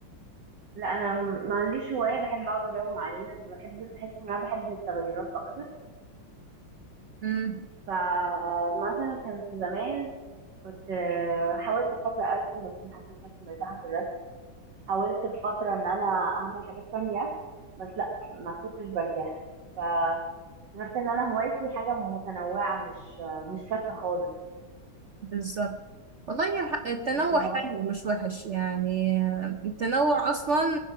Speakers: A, on the right; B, on the right.
A: لا أنا م- ما عنديش هواية بحب أقعد أداوم عليها بحب بحس إن أنا بحب التغيرات أكتر
B: امم
A: فمثلا كانت زمان كنت آه، حاولت في فترة أرسم بس ما حسيتش نفسي مرتاحة في الرسم حاولت في فترة إن أنا أعمل حاجات تانية بس لأ ما كنتش برتاح فعرفت إن أنا هوايتي حاجة متنوعة مش آه، مش ثابتة خالص
B: بالظبط والله يا ح- التنوع
A: أنت هوايتك
B: حلو مش وحش يعني آه، التنوع اصلا